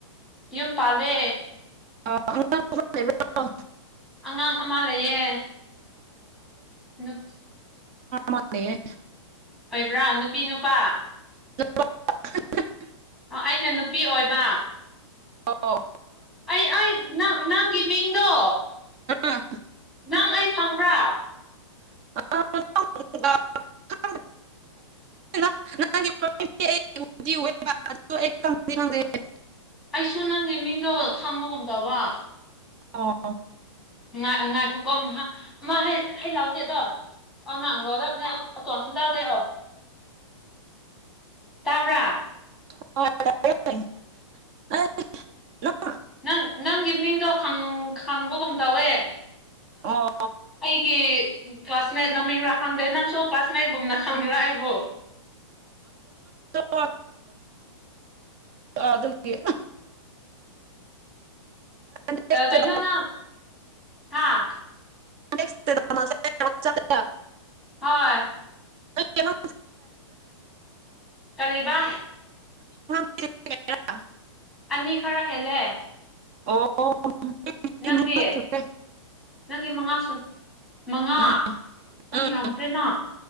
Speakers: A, in the centre; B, on the right.
A: ꯌꯨꯝ ꯄꯂꯦ
B: ꯑ ꯑꯥꯡ ꯂꯩꯕ꯭ꯔꯣꯣ
A: ꯑꯉꯥꯡ ꯑꯃ ꯂꯩꯌꯦ ꯑꯗꯨ
B: ꯃꯥꯅꯦꯦ
A: ꯑꯣꯏꯕ꯭ꯔꯥ ꯅꯨꯄꯤ ꯅꯨꯄꯥ
B: <inaudible>
A: ꯑꯩꯅ ꯅꯨꯄꯤ ꯑꯣꯏꯕ
B: ꯑ
A: ꯑꯩ ꯑꯩꯪ ꯅꯪꯒꯤ ꯃꯤꯡꯗꯣ
B: ꯑꯥ,
A: ꯅꯪ ꯑꯩ ꯐꯪꯕ꯭ꯔꯥ
B: ꯑ
A: <inaudible>
B: ꯪ
A: ꯑꯩꯁꯨ ꯅꯪꯒꯤ ꯃꯤꯡꯗꯣ ꯈꯪꯕꯒꯨꯝ ꯇꯧꯕ
B: ꯑ
A: ꯉꯥꯏ ꯉꯥꯏꯈꯣꯀꯣ ꯑꯃ ꯍꯩ ꯂꯥꯎꯅꯦ ꯑꯗꯣ ꯑ ꯉꯥꯡ ꯂꯧꯗꯕꯅꯦ ꯑꯣꯇꯣꯁꯤꯟ ꯇꯎꯗꯦ ꯑꯣꯧ ꯇꯥꯕ꯭ꯔꯥ
B: ꯍ
A: ꯅꯪ ꯅꯪꯒꯤ ꯃꯤꯡꯗꯣ ꯈꯪꯕꯒꯨꯝ ꯇꯧꯋꯦ
B: ꯑꯣ
A: ꯑꯩꯒꯤ ꯀ꯭ꯂꯥꯁꯃꯦꯠ ꯃꯃꯤꯡꯔꯥ ꯈꯪꯗꯦ ꯅꯪꯁꯨ ꯀ꯭ꯂꯥꯁꯃꯦꯠꯀꯨꯝꯅ ꯈꯪꯕ꯭ꯔꯥ ꯑꯩꯕꯣ <inaudible>
B: ꯑ ꯑꯗꯨꯒꯤ ꯅꯦꯛꯁꯇ
A: ꯑ ꯀꯩꯅꯩꯅꯣ ꯅ ꯍꯥꯥ
B: ꯆ
A: ꯍꯣꯏ
B: ꯀꯩꯅꯣ
A: ꯀꯕ
B: <unintelligible>
A: ꯑꯅꯤ ꯈꯔ ꯍꯦꯜꯂꯦ
B: ꯑꯣ
A: ꯅꯪꯗꯦ
B: ꯃꯉꯥ ꯁꯨꯔꯦ
A: ꯅꯪꯒꯤ ꯃꯉꯥꯁꯨ ꯃꯉꯥ
B: ꯎꯝ ꯎꯝ
A: ꯌꯥꯝꯈ꯭ꯔꯦꯅ